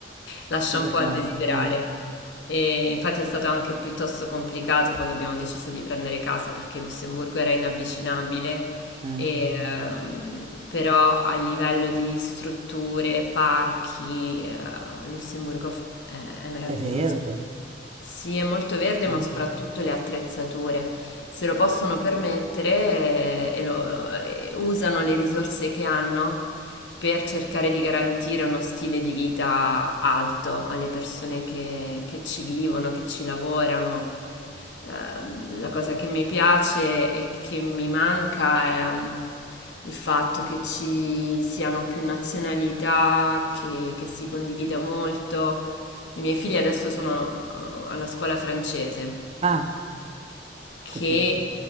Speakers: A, on the left (about 85°); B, on the right (about 35°).
A: lascia
B: Mica
A: un po'
B: tanto.
A: a desiderare.
B: Ah,
A: E infatti è stato anche piuttosto complicato quando abbiamo deciso di prendere casa perché Lussemburgo era inavvicinabile.
B: eh.
A: E, ehm, però a livello di strutture, parchi, eh, Lussemburgo f- è è meraviglioso.
B: È verde.
A: Sì, è molto verde,
B: Ah,
A: ma soprattutto le attrezzature. Se lo possono permettere, eh, e lo- eh, usano le risorse che hanno per cercare di garantire uno stile di vita alto alle persone che, che ci vivono, che ci lavorano. Ehm, la cosa che mi piace e che mi manca è un- il fatto che ci siano più nazionalità, che, che si condivida molto. I miei figli adesso sono eh, alla scuola francese,
B: Ah,
A: che
B: capito.